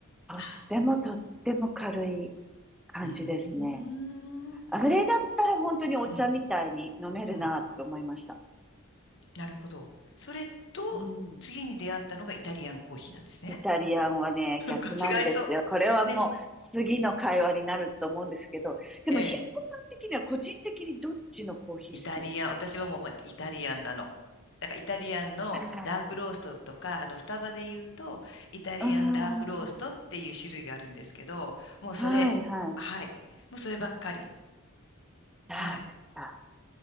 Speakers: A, in the centre; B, on the left.
A: とってもとっても軽い
B: あ
A: 感じですね。
B: うーん。う
A: あれだったら本当にお茶みたいに飲めるなと思いました。
B: んうん。なるほど。それと、
A: うん。
B: 次に出会ったのがイタリアンコーヒーなんですね。
A: イタリアンはね、
B: <laughs>
A: 逆なんですよ。
B: なんか違いそう。
A: これはもう次の会話になると思うんですけど、
B: ね、
A: でもひろこさん的には個人的にどっちのコーヒー好きです
B: ええ。イタリアン、私はもうまイタリアンなの。だからイタリアンのダークローストとか、
A: か
B: あの、スタバで言うと、イタリアンダークローストっていう種類があるんですけど、
A: あ
B: もうそれ、
A: あー、はいはい。
B: はい。もうそればっかり。
A: ダークか。
B: はい。